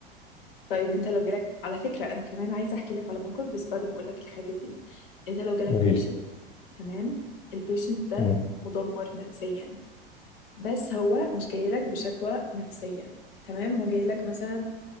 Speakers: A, on the left; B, on the left.
A: طيب انت لو جالك على فكرة انا كمان عايزة احكي لك على موقف بس بعد ما اقول لك الحاجة دي انت لو جالك
B: قولي
A: بيشنت
B: لي
A: تمام البيشنت ده
B: مم.
A: مدمر نفسيا بس هو مش جاي لك بشكوى نفسية تمام هو جاي لك مثلا